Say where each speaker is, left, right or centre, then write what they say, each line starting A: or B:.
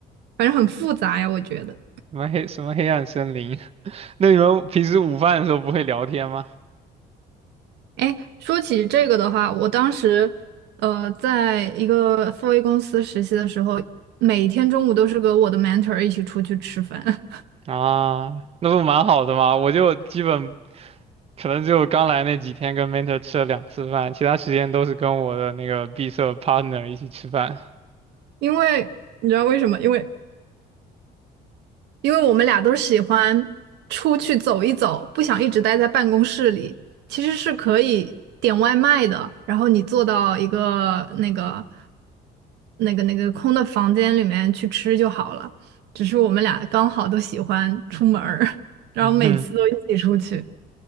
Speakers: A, on the right; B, on the right.
A: 反正很复杂呀，我觉得。
B: 什么黑什么黑暗森林？<laughs> 那你们平时午饭的时候不会聊天吗？
A: 哎，说起这个的话，我当时呃在一个 f a 公司实习的时候，每天中午都是跟我的 mentor 一起出去吃饭。
B: 啊，那不蛮好的吗？我就基本可能只有刚来那几天跟 mentor 吃了两次饭，其他时间都是跟我的那个闭塞 partner 一起吃饭。
A: 因为你知道为什么？因为因为我们俩都喜欢出去走一走，不想一直待在办公室里。其实是可以点外卖的，然后你坐到一个那个那个那个空的房间里面去吃就好了。只是我们俩刚好都喜欢出门儿，<laughs> 然后每次都一起出去。
B: 嗯哼，